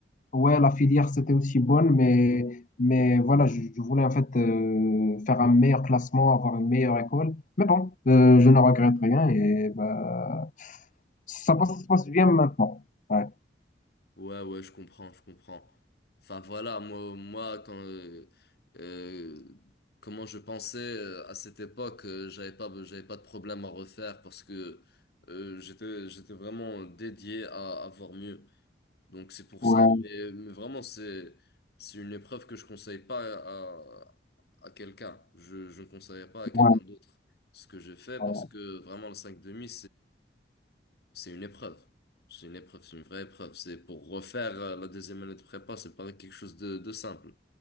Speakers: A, on the left; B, on the left.
A: Ouais, la filière, c'était aussi bonne, mais, mais voilà, je, je voulais en fait euh, faire un meilleur classement, avoir une meilleure école. Mais bon, euh, je ne regrette rien et bah, ça passe, ça se passe bien maintenant. Ouais,
B: Ouais, ouais, je comprends, je comprends. Enfin voilà, moi, moi quand euh, euh, comment je pensais euh, à cette époque, euh, j'avais pas, j'avais pas de problème à refaire parce que euh, j'étais, j'étais vraiment dédié à, à voir mieux. Donc c'est pour
A: ouais,
B: ça. Mais, mais vraiment, c'est, c'est une épreuve que je conseille pas à, à quelqu'un. Je, je ne conseillerais pas à quelqu'un
A: ouais,
B: d'autre ce que j'ai fait
A: ouais.
B: parce que vraiment le 5 demi, c'est une épreuve. C'est une épreuve, c'est une vraie épreuve. C'est pour refaire euh, la deuxième année de prépa, c'est pas quelque chose de, de simple.